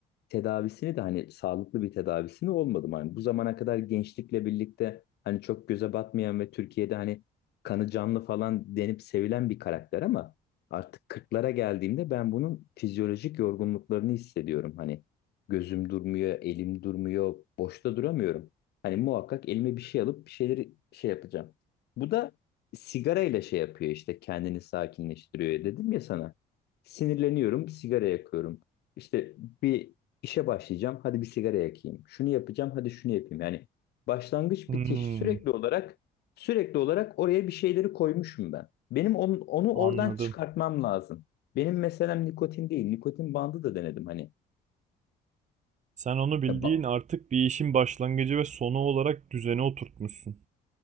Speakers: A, on the left; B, on the right.
A: tedavisini de hani sağlıklı bir tedavisini olmadım. Hani bu zamana kadar gençlikle birlikte hani çok göze batmayan ve Türkiye'de hani kanı canlı falan denip sevilen bir karakter ama artık kırklara geldiğimde ben bunun fizyolojik yorgunluklarını hissediyorum. Hani gözüm durmuyor, elim durmuyor, boşta duramıyorum. Hani muhakkak elime bir şey alıp bir şeyleri şey yapacağım. Bu da sigarayla şey yapıyor işte kendini sakinleştiriyor dedim ya sana. Sinirleniyorum, sigara yakıyorum. İşte bir İşe başlayacağım. Hadi bir sigara yakayım. Şunu yapacağım. Hadi şunu yapayım. Yani başlangıç
B: Hmm,
A: bitiş sürekli olarak sürekli olarak oraya bir şeyleri koymuşum ben. Benim onu, onu
B: anladım.
A: oradan çıkartmam lazım. Benim meselem nikotin değil. Nikotin bandı da denedim hani.
B: Sen onu bildiğin
A: Ya ba-
B: artık bir işin başlangıcı ve sonu olarak düzene oturtmuşsun.